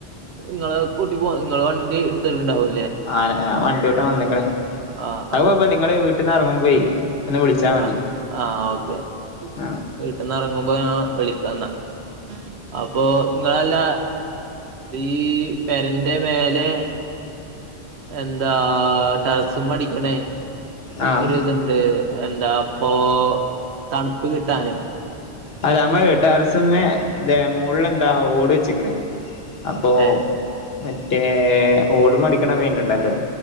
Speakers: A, on the right; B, on the left.
A: നിങ്ങളെ കൂട്ടി പോ നിങ്ങള് വണ്ടി എടുത്തിട്ടണ്ടാവോ
B: ആര ഞാ വണ്ടി ഓട്ടാ വന്ന്ക്ക്ണ്
A: ആഹ്
B: അഹ്
A: ആഹ്
B: കൊയപ്പലെ നിങ്ങള് വീട്ടിൽന്ന് ഇറങ്ങുമ്പേ എന്നെ വിളിച്ചാ മതി
A: ആഹ് ആഹ് ഓക്കെ
B: ആഹ്
A: വീട്ടന്ന് ഇറങ്ങുമ്പോ ഞാൻ വിളിക്കാന്നാ അപ്പൊ നിങ്ങളല്ല ഈ പെരന്റെ മേലെ എന്താ ടെറസുമെടിക്കണേ
B: ആഹ്
A: ഒര് ഇത്ണ്ട് എന്താ ഇപ്പൊ തണുപ്പ് കിട്ടാന്
B: അത് നമ്മൾ ടെറസ്സുമേ ദേ മോളിൽ എന്താ ഓട് വെച്ചേക്കണ് അപ്പൊ
A: ഏഹ്
B: മറ്റേ ഓട് മെ അടിക്കണ പെയിന്റുണ്ടല്ലോ